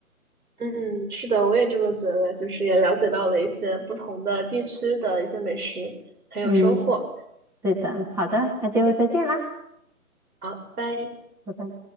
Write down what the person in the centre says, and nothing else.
嗯，是对的，好的，那就再见啦，
拜拜。